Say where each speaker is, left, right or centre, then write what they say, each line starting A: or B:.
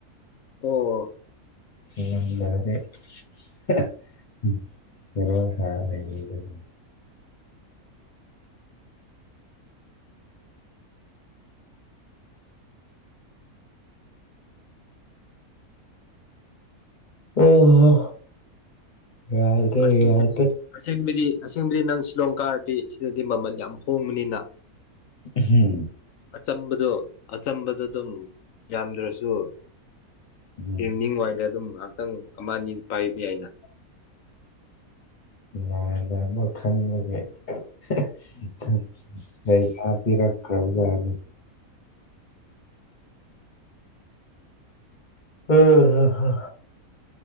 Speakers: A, on the left (about 65°); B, on the left (about 35°).
A: ꯑꯣ
B: <unintelligible> ꯍꯦꯔꯣ ꯁꯥꯔ ꯂꯩꯅꯤꯡꯗꯅ ꯑꯣ ꯍꯣ ꯌꯥꯗ꯭ꯔꯦ
A: ꯑꯁꯦꯡꯕꯅꯦ
B: ꯌꯥꯗ꯭ꯔꯦ
A: ꯑꯁꯦꯡꯕꯩꯗꯤ ꯑꯁꯦꯡꯕꯗꯤ ꯅꯪ ꯁꯤꯂꯣꯡ ꯀꯥꯔꯗꯤ ꯁꯤꯗꯗꯤ ꯃꯃꯜ ꯌꯥꯝ ꯍꯣꯡꯕꯅꯤꯅ
B: ꯍꯝ
A: ꯑꯆꯝꯕꯗꯣ ꯑꯆꯝꯕꯗꯣ ꯑꯗꯨꯝ ꯌꯥꯝꯗ꯭ꯔꯁꯨ
B: ꯎꯝ
A: ꯏꯚꯅꯤꯡ ꯋꯥꯏꯗ ꯑꯗꯨꯝ ꯉꯥꯏꯍꯥꯛꯇꯪ ꯑꯃ ꯑꯅꯤ ꯄꯥꯏꯕ ꯌꯥꯏꯅ
B: ꯌꯥꯢꯗ ꯑꯗꯣ ꯈꯪꯕꯒꯤ ꯍꯥ ꯍ ꯂꯩꯅ ꯄꯤꯔꯛꯈ꯭ꯔꯕꯖꯥꯠꯅꯤ ꯑꯣ ꯍ ꯍ